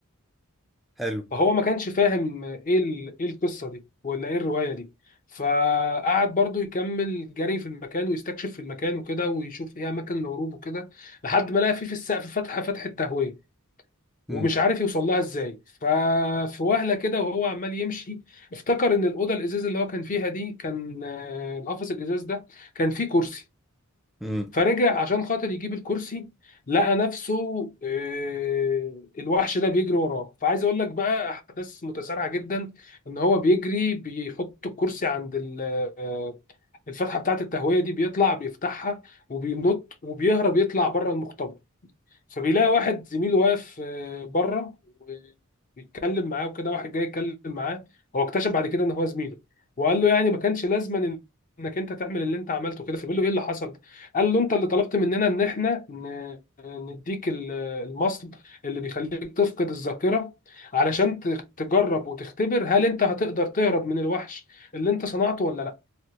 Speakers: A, in the centre; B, on the left.
A: حلو
B: فهو ما كانش فاهم ايه ال... ايه القصه دي ولا ايه الروايه دي فقعد برضو يكمل جري في المكان ويستكشف في المكان وكده ويشوف ايه اماكن الهروب وكده لحد ما لقى فيه في السقف فتحه فتحه تهويه ومش
A: امم
B: عارف يوصل لها ازاي ففي وهله كده وهو عمال يمشي افتكر ان الاوضه الازاز اللي هو كان فيها دي كان آه، القفص الازاز ده كان فيه كرسي
A: امم
B: فرجع عشان خاطر يجيب الكرسي لقى نفسه آه، الوحش ده بيجري وراه فعايز اقول لك بقى احداث متسارعه جدا ان هو بيجري بيحط الكرسي عند ال- آه، الفتحه بتاعه التهويه دي بيطلع بيفتحها وبينط وبيهرب يطلع بره المختبر فبيلاقي واحد زميله واقف آه، بره وبيتكلم معاه وكده واحد جاي يتكلم معاه هو اكتشف بعد كده ان هو زميله وقال له يعني ما كانش لازما إن- انك انت تعمل اللي انت عملته كده فبيقول له ايه اللي حصل قال له انت اللي طلبت مننا ان احنا ن- نديك ال- المصل اللي بيخليك تفقد الذاكره علشان ت- تجرب وتختبر هل انت هتقدر تهرب من الوحش اللي انت صنعته ولا لا